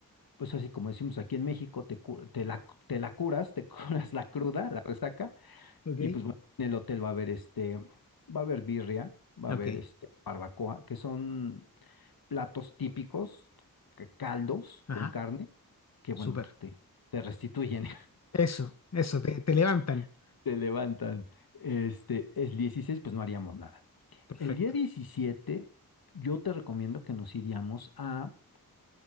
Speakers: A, on the left (about 80°); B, on the left (about 45°).
A: pues así como decimos aquí en México, te, cu- te la, te la curas, te <laughs> curas la cruda, la resaca,
B: Ok.
A: y pues bueno, en el hotel va a haber este, va a haber birria, va
B: Ok.
A: a haber este, barbacoa, que son platos típicos, c- caldos
B: Ajá.
A: con carne, que
B: Súper.
A: bueno, pues, te, te restituyen,
B: Eso, eso, te, te levantan.
A: <laughs> te levantan. Este, el 16, pues no haríamos nada.
B: Perfecto,
A: El día 17, yo te recomiendo que nos iríamos a